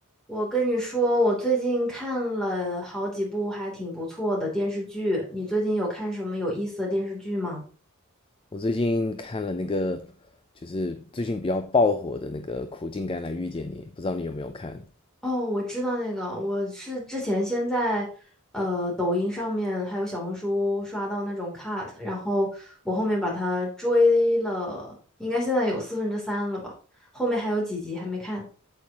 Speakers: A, in the centre; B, on the left (about 25°).
A: 我跟你说，我最近看了好几部还挺不错的电视剧。你最近有看什么有意思的电视剧吗？
B: 我最近看了那个，就是最近比较爆火的那个《苦尽甘来遇见你》，不知道你有没有看？
A: 哦，我知道那个，我是之前先在呃抖音上面还有小红书刷到那种 cut，然后我后面把它追了，应该现在有四分之三了吧，后面还有几集还没看。